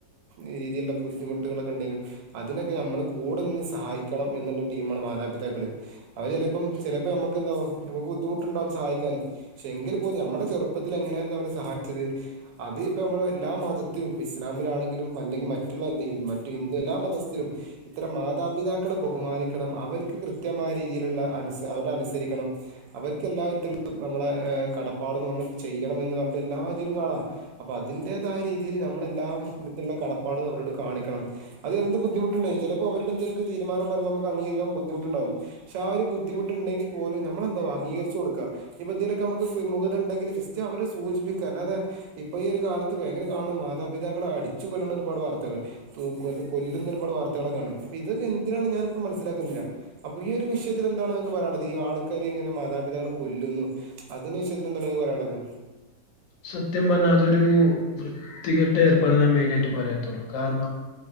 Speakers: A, on the right; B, on the left.
A: ഏ രീതിയിലുള്ള ബുദ്ധിമുട്ടുകളൊക്കെ ഉണ്ടെങ്കിലു അതിനൊക്കെ നമ്മള് കൂടെ നിന്ന് സഹായിക്കണം എന്നുള്ള ടീമാണ് മാതാപിതാക്കള്. അവര് ചെലെപ്പം ചെലേപ്പ ഞമ്മക്ക് എന്താവും നമ്മുക്ക് ബുദ്ധിമുട്ട്ണ്ടാകും സഹായിക്കാന്. പക്ഷെ എങ്കിൽ പോലും നമ്മടെ ചെറുപ്പത്തിൽ എങ്ങനെയായിരുന്നു അവര് സഹായിച്ചത്. അത് ഇപ്പ നമ്മുടെ എല്ലാ മതത്തിലും ഇപ്പ ഇസ്ലാമിലാണെങ്കിലും അല്ലെങ്കിൽ മറ്റുള്ള ദൈ മറ്റു ഹിന്ദു എല്ലാ മതസ്ത്തിലും. ഇത്തരം മാതാപിതാക്കളെ ബഹുമാനിക്കണം അവർക്ക് കൃത്യമായ രീതിയിലുള്ള അനുസ അവരെ അനുസരിക്കണം. അവർക്ക് എല്ലാ വിധത്തിലും നമ്മളെ കടപ്പാടും നമ്മൾ ചെയ്യണം എന്ന് പറഞ്ഞ്ട്ട് എല്ലാ ഇതിലും കാണാ. അപ്പൊ അതിന്റേതായ രീതിയില് നമ്മളെല്ലാ വെശ്മത്തിലുള്ള കടപ്പാടും അവരോട് കാണിക്കണം. അത് എന്ത് ബദ്ധിമുട്ട്ണ്ടെ <unintelligible> ചെലപ്പോ അവരുടെ എന്തെലൊക്കെ തീരുമാനം പറയുമ്പ നമുക്ക് അംഗീകരിക്കാ ബുദ്ധിമുട്ട്ണ്ടാവും. പക്ഷെ ആ ഒരു ബുദ്ധിമുട്ട് ഇണ്ടെങ്കിൽ പോലും നമ്മളെന്താ അംഗീകരിച്ച് കൊടുക്ക ഇഞ്പ്പെന്തെ ക്കെ നമുക്ക് വിമുഖത ഇണ്ടെങ്കില് ജസ്റ്റ് അവരെ സൂചിപ്പിക്കാ അല്ലാതെ. ഇപ്പൊ ഈ ഒരു കാലത്ത് ഭയങ്കര കാണുന്ന മാതാപിതാക്കളെ അടിച്ചു കൊല്ലുന്ന ഒരുപാട് വാർത്തകള്. തു കൊല കൊല്ലുന്ന ഒരുപാട് വാർത്തകളൊക്കേണ് അപ്പൊ ഇതൊക്കെ എന്തിനാണ് ഞാനിപ്പം മനസ്സിലാക്കുന്നില്ല. അപ്പൊ ഈ ഒരു വിഷയത്തില് എന്താണ് നിങ്ങക്ക് പറയാൻള്ളത് ഈ ആൾക്കാര് ഇങ്ങനെ മാതാപിതാക്കളെ കൊല്ല്ന്നു. അതിന് വിഷയത്തിലും എന്താണ് ഇങക് പറയാന്ള്ളത്.
B: സത്യം പറഞ്ഞാ അതൊരു വൃത്തികെട്ട ഏർപ്പാട് ഞാൻ മെയിനായിട്ട് പറയത്തുള്ളൂ കാരണം.